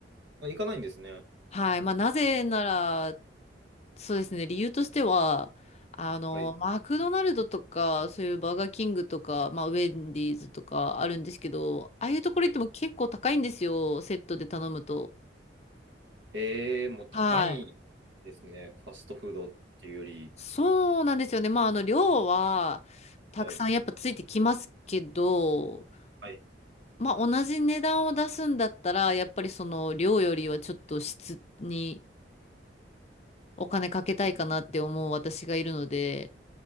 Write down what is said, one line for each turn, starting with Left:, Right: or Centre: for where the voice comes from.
Right: あ、行かないんですね。
Left: はい。まあ、なぜなら、そうですね。理由としては、あの、
Right: はい。
Left: マクドナルドとか、そういうバーガーキングとか、まあ、ウェンディーズとかあるんですけど、ああいうところ行っても結構高いんですよ、
Right: はい。
Left: セットで頼むと。
Right: えー、もう高いですね。
Left: はい。
Right: ファストフードっていうより。
Left: そうなんですよね。まあ、あの、量は、たくさんやっぱついてきますけど、
Right: はい。はい。
Left: まあ、同じ値段を出すんだったら、やっぱりその量よりはちょっと質にお金かけたいかなって思う私がいるので、
Right: うん、